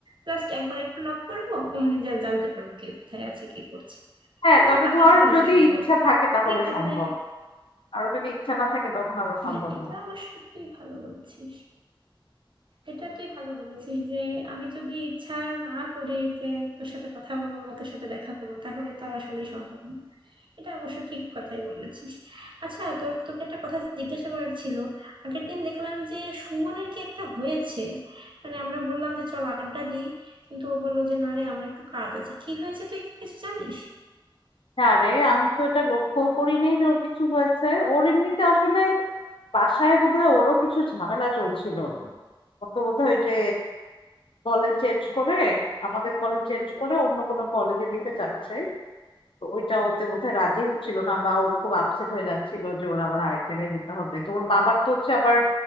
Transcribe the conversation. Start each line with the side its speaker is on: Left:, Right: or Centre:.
Right: জাস্ট একবার একটু নক করবো অমনি যা জানতে পারবো কে কোথায় আছে কি করছে
Left: হ্যাঁ
Right: কিন্তু
Left: তবে
Right: আগে
Left: ধর
Right: সেটা হয়তো
Left: যদি
Right: সম্ভব
Left: ইচ্ছা
Right: হতো
Left: থাকে
Right: না
Left: তাহলে
Right: যে কারণে
Left: সম্ভব আর যদি ইচ্ছা না থাকে তখন আবার সম্ভব
Right: হ্যাঁ এটা
Left: না
Right: অবশ্যই তুই ভালো বলেছিস এটা তুই ভালো বলেছিস যে আমি যদি ইচ্ছা না করি যে তোর সাথে কথা বলবো বা তোর সাথে দেখা করবো তাহলে তো আর আসলেই সম্ভব না এটা অবশ্য ঠিক কথাই বলেছিস আচ্ছা তোর তোকে একটা কথা জিজ্ঞাসা করার ছিল আগের দিন দেখলাম যে সুমনের কি একটা হয়েছে মানে আমরা বললাম যে চল আড্ডা দিই কিন্তু ও বললো যে না রে আমার একটু কাজ আছে কি হয়েছে তুই কিছু জানিস
Left: হ্যাঁ রে আমি তো এটা লক্ষ্য করি নাই যে ওর কিছু হয়েছে ওর এমনিতে আসলে বাসায় বোধহয় ওরও কিছু ঝামেলা চলছিল ওকে বোধহয় ওই যে কলেজ চেঞ্জ করে আমাদের কলেজ চেঞ্জ করে অন্য কোনো কলেজে দিতে চাচ্ছে তো ওইটা ওতে বোধহয় রাজি হচ্ছিল না বা ও খুব আপসেট হয়ে যাচ্ছিল যে ওর আবার আরেক জায়গায় যেতে হবে তো ওর বাবার তো হচ্ছে আবার